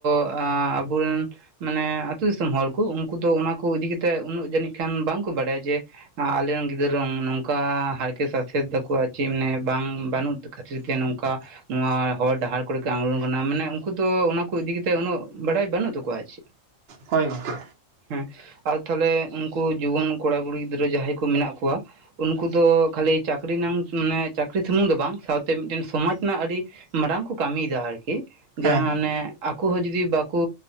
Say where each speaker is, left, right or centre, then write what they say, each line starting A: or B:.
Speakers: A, on the right; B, on the right.
A: ᱟᱻ ᱟᱵᱚᱨᱮᱱ ᱢᱟᱱᱮ ᱟᱹᱛᱩ ᱫᱤᱥᱚᱢ ᱦᱚᱲ ᱠᱚ ᱩᱱᱠᱩ ᱫᱚ ᱚᱱᱟ ᱠᱚ ᱤᱫᱤ ᱠᱟᱛᱮᱫ ᱩᱱᱟᱹᱜ ᱡᱟᱹᱱᱤᱡ ᱠᱷᱟᱱ ᱵᱟᱝᱠᱚ ᱵᱟᱲᱟᱭᱟ ᱡᱮ ᱟᱞᱮᱨᱮᱱ ᱜᱤᱫᱽᱨᱟᱹ ᱱᱚᱝᱠᱟ ᱦᱟᱨᱠᱮᱫ ᱥᱟᱥᱮᱫ ᱫᱟᱠᱚ ᱟᱨ ᱪᱮᱜ ᱢᱟᱱᱮ ᱵᱟᱝ ᱵᱟᱹᱱᱩᱜ ᱠᱷᱟᱹᱛᱤᱨ ᱛᱮ ᱱᱚᱝᱠᱟ ᱱᱚᱣᱟ ᱦᱚᱨ ᱰᱟᱦᱟᱨ ᱠᱚᱨᱮ ᱠᱚ ᱟᱬᱜᱚᱱ ᱠᱟᱱᱟ ᱢᱟᱱᱮ ᱩᱱᱠᱩ ᱫᱚ ᱚᱱᱟᱠᱩ ᱤᱫᱤ ᱠᱟᱛᱮ ᱩᱱᱟᱹᱜ ᱵᱟᱲᱟᱭ ᱵᱟᱹᱱᱩᱜ ᱛᱟᱠᱚᱣᱟ ᱟᱪᱮ᱾
B: ᱦᱚᱭ ᱜᱚᱝᱠᱮ᱾
A: ᱦᱮᱸ ᱟᱨ ᱛᱟᱦᱞᱮ ᱩᱱᱠᱩ ᱡᱩᱣᱟᱹᱱ ᱠᱚᱲᱟ- ᱠᱩᱲᱤ ᱜᱤᱫᱽᱨᱟᱹ ᱡᱟᱦᱟᱸᱭ ᱠᱚ ᱢᱮᱱᱟᱜ ᱠᱚᱣᱟ, ᱩᱱᱠᱩ ᱫᱚ ᱠᱷᱟᱹᱞᱤ ᱪᱟᱠᱨᱤ ᱱᱟᱝ ᱢᱟᱱᱮ ᱪᱟᱠᱨᱤ ᱥᱩᱢᱩᱝ ᱫᱚ ᱵᱟᱝ ᱥᱟᱶᱛᱮ ᱢᱤᱫᱴᱮᱱ ᱥᱚᱢᱟᱡᱽ ᱨᱮᱱᱟᱜ ᱟᱹᱰᱤ ᱢᱟᱲᱟᱝ ᱠᱚ ᱠᱟᱹᱢᱤᱭᱮᱫᱟ ᱟᱨᱠᱤ᱾
B: ᱦᱮᱸ
A: ᱡᱟᱦᱟᱸ
B: ᱦᱮᱸ
A: ᱟᱱᱮ ᱟᱠᱚ ᱦᱚᱸ ᱡᱩᱫᱤ ᱵᱟᱠᱚ